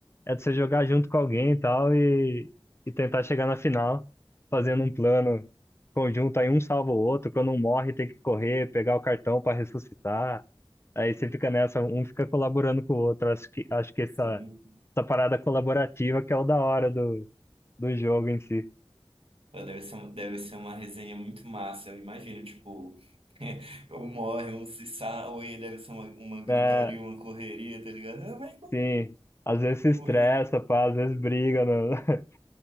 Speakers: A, on the left (about 25°); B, on the right (about 80°).
A: é de você jogar junto com alguém e tal, e, e tentar chegar na final fazendo um plano conjunto, aí um salva o outro, quando um morre tem que correr, pegar o cartão para ressuscitar. Aí você fica nessa, um fica colaborando com o outro. Acho que, acho que essa,
B: Sim.
A: essa parada colaborativa que é o da hora do, do jogo em si.
B: Pô, Deve ser, um- deve ser uma resenha muito massa, eu imagino, tipo... <laughs> Um morre, um se salva, e deve ser uma, uma
A: É,
B: gritaria, uma correria, tá ligado? Ah, mas,
A: sim, às vezes se estressa,
B: pô, e-
A: pá, às vezes briga no, <laughs>